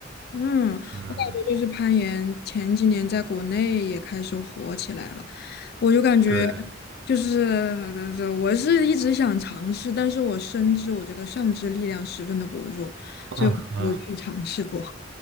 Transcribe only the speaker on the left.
嗯，
我感觉就是攀岩，前几年在国内也开始火起来了。我就感觉
就是呃我是一直想尝试，但是我深知我这个上肢力量十分的薄弱，
没有去尝试过。